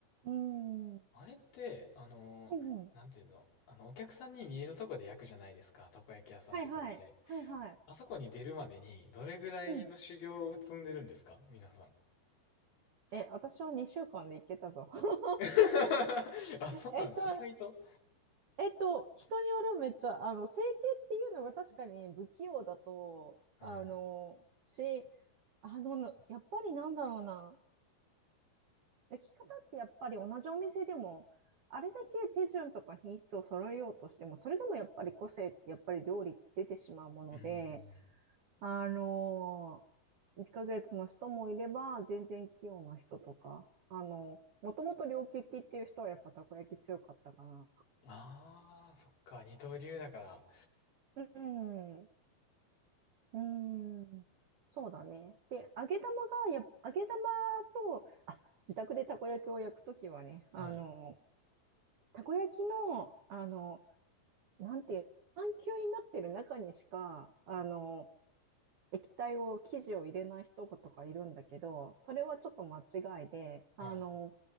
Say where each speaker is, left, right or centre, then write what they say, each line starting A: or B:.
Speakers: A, on the right; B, on the left.
A: ーん、うん
B: あれって、あのー、
A: うん、
B: なんていうの、あの、お客さんに見えるとこで焼くじゃないですか、たこ焼き屋さんって大体。
A: はいはい、はいはい。
B: あそこに出るまでに、どれぐらいの修行を積んでるんですか皆さん。
A: うん。え、私は2週間で行けたぞ。<laughs>
B: <laughs> あ、そうなんだ。
A: えっと、
B: 意外と。
A: えっと、人によるめっちゃ、あの、整形っていうのが確かに不器用だと、
B: はい。
A: あの、し、あの、やっぱりなんだろうな、焼き方ってやっぱり同じお店でも、あれだけ手順とか品質を揃えようとしても、それでもやっぱり個性ってやっぱり料理って出てしまうもので、
B: うん、う
A: あの、1ヶ月の人もいれば、全然器用な人とか、あの、もともと両利きっていう人はやっぱたこ焼き強かったかな。
B: ん。ああ、そっか、二刀流だから。
A: うん。うーん、そうだね。で、揚げ玉がや、揚げ玉と、あ、自宅でたこ焼きを焼くときはね、あの、
B: はい、
A: たこ焼きの、あの、なんていう、半球になってる中にしか、あの、液体を、生地を入れない人とかいるんだけど、それはちょっと間違いで、
B: はい、
A: あの、